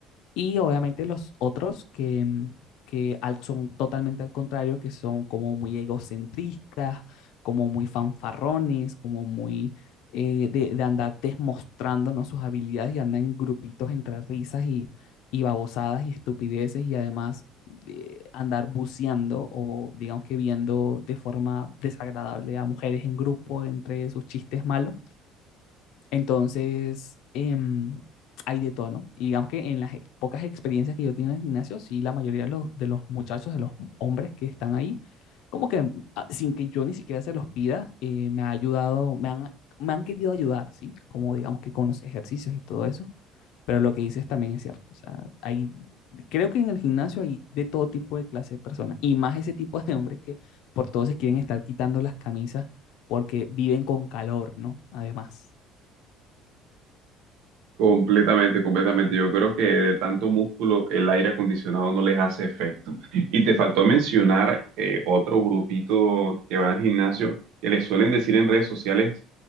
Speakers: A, on the left; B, on the right.
A: Y obviamente los otros que, mm, que al- son totalmente al contrario, que son como muy egocentristas, como muy fanfarrones, como muy eh, de, de andar demostrándonos sus habilidades y andan en grupitos entre risas y, y babosadas y estupideces y además eh, andar buceando o digamos que viendo de forma desagradable a mujeres en grupo entre sus chistes malos. Entonces, em, hay de todo, ¿no? Y digamos que en las e- pocas experiencias que yo he tenido en el gimnasio, sí, la mayoría de los, de los muchachos, de los hombres que están ahí, como que ah, sin que yo ni siquiera se los pida, eh, me ha ayudado, me han, me han querido ayudar, ¿sí? Como digamos que con los ejercicios y todo eso. Pero lo que dices también es cierto. O sea, hay, creo que en el gimnasio hay de todo tipo de clase de personas. Y más ese tipo de hombres que por todo se quieren estar quitando las camisas porque viven con calor, ¿no? Además.
B: Completamente, completamente. Yo creo que de tanto músculo el aire acondicionado no les hace efecto. Y te faltó mencionar eh, otro grupito que van al gimnasio que les suelen decir en redes sociales